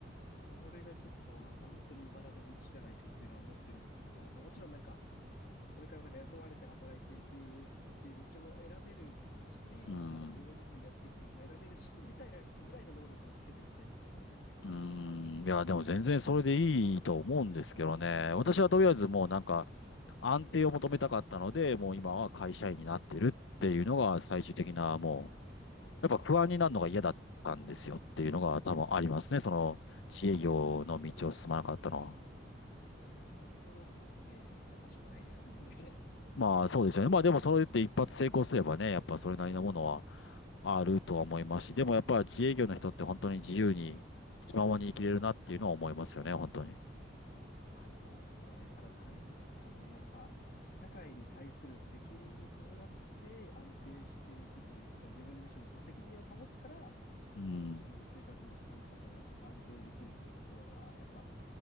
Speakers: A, on the left; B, on the left.
A: これがちょっとまあ本当に茨の道じゃないかっていうのは思ってるんですけど、まあ、もちろんなんか、これからなんか雇われて働いていくっていう道も選べるし、
B: うん。
A: なんか自分自身でやっていく道も選べるし、みたいなぐらいの能力をつけていきたいんですよね。
B: うん。いや、でも全然それでいいと思うんですけどね。私はとりあえずもうなんか安定を求めたかったので、もう今は会社員になってるっていうのが最終的なもう、やっぱ不安になるのが嫌だったんですよっていうのが多分ありますね。
A: はい。
B: その自営業の道を進まなかったのは。
A: そうですね。心にとって優しくないですもんね。
B: まあそうですよね。まあでもそれって一発成功すればね、やっぱそれなりのものはあるとは思いますし、でもやっぱ自営業の人って本当に自由に気ままに生きれるなっていうのは思いますよね、本当に。
A: <laughs> まあそうですね。ただ何ですかね。やっぱ、社会に対する責任に伴って安定していくというか、自分自身もその責任を保つから、
B: うん。
A: あの自分の生活も担保されるというか安定できるっていうところが、やっぱ